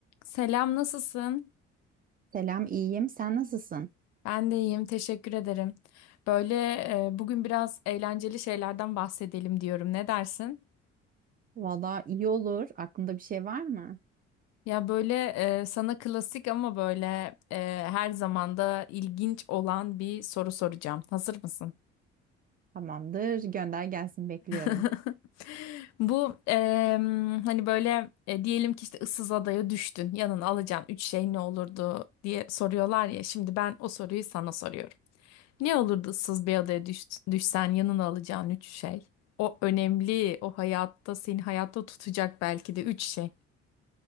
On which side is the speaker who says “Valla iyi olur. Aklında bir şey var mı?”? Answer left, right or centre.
Right